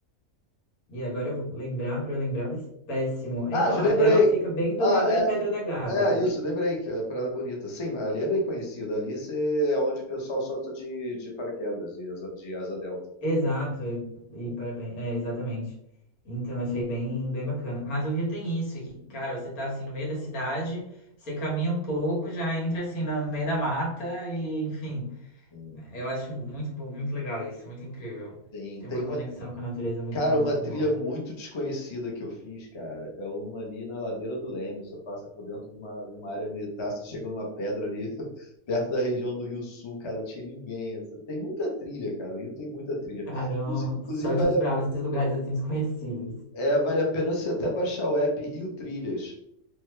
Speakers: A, on the left; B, on the left.
A: e agora eu vou lembrar, pra eu lembrar vai ser péssimo.
B: Ah,
A: Então,
B: já
A: ela
B: lembrei.
A: ela fica bem do
B: Ah,
A: lado da Pedra da Gávea.
B: é, é isso, lembrei que é a Parada Bonita. Sim, mas ali é bem conhecido. Ali cê- é onde o pessoal solta de, de paraquedas e asa, de asa delta.
A: Exato, e,
B: Hum,
A: e parabéns, é, exatamente. Então achei bem, bem bacana. Mas o Rio tem isso, que, cara, você tá assim no meio da cidade, você caminha um pouco, já entra assim no meio da mata e, enfim,
B: Sim.
A: eu acho muito bom, muito legal isso, muito incrível.
B: Tem,
A: Tem
B: tem
A: uma
B: uma,
A: conexão com a natureza muito,
B: cara,
A: muito
B: uma trilha
A: boa.
B: muito desconhecida que eu fiz, cara. É uma ali na ladeira do Leme. Você passa por dentro de uma, de uma área militar, você chega numa pedra ali, <laughs> perto da região do Rio Sul, cara. Tinha ninguém. Essa. Tem muita trilha, cara. O Rio tem muita trilha.
A: Caramba,
B: Inclusive,
A: só desbrava
B: vale
A: esses lugares assim desconhecidos.
B: É, vale a pena você até baixar o app Rio Trilhas.